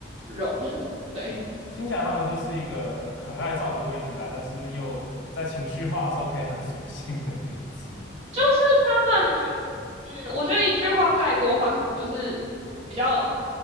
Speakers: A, on the right; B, on the left.
A: 融。<laughs> 对，
B: 听起来他们就是一个很爱照着规矩来，但是又在情绪化的时候可以很随性的民族。
A: 就是他们，嗯，我觉得一句话概括的话，可能就是比较